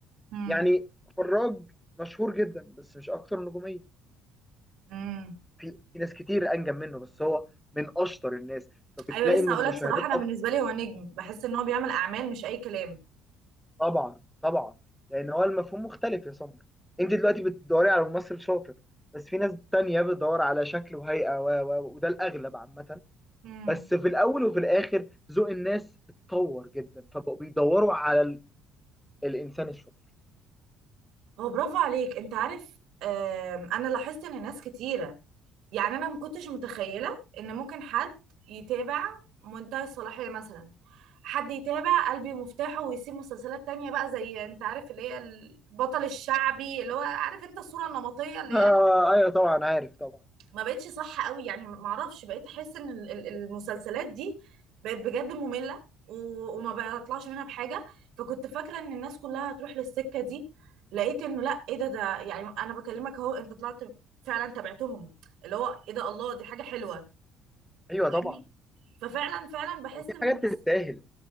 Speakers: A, on the right (about 70°); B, in the centre.
A: مم.
B: يعني فراج مشهور جدا بس مش اكتر نجوميه
A: مم.
B: في في ناس كتير انجم منه بس هو من اشطر الناس فبتلاقي
A: ايوه لسه
B: ان
A: هقول
B: المشاهدات
A: لك صراحه انا بالنسبه لي هو نجم بحس ان هو بيعمل اعمال مش اي كلام
B: طبعا طبعا لان هو المفهوم مختلف يا سمر انت دلوقتي بتدوري على ممثل شاطر بس في ناس تانية بتدور على شكل وهيئة و... و... وده الأغلب عامة
A: مم.
B: بس في الأول وفي الآخر ذوق الناس اتطور جدا فبقوا بيدوروا على ال... الإنسان الشاطر
A: هو برافو عليك انت عارف آم، انا لاحظت ان ناس كتيره يعني انا ما كنتش متخيله ان ممكن حد يتابع منتهى الصلاحيه مثلا حد يتابع قلبي مفتاحه ويسيب مسلسلات تانية بقى زي انت عارف اللي هي البطل الشعبي اللي هو عارف انت الصوره النمطيه اللي
B: آه
A: هي
B: أيوه طبعا عارف طبعا
A: ما بقتش صح قوي يعني ما اعرفش بقيت احس ان ال- ال- المسلسلات دي بقت بجد مملة و- وما بطلعش منها بحاجة فكنت فاكرة ان الناس كلها هتروح للسكة دي لقيت انه لا ايه ده ده يعني انا بكلمك اهو انت طلعت فعلا تابعتهم اللي هو ايه ده الله دي حاجة حلوة
B: أيوه
A: فاهمني
B: طبعا
A: ففعلا فعلا بحس
B: هو في
A: ان الناس
B: حاجات تستاهل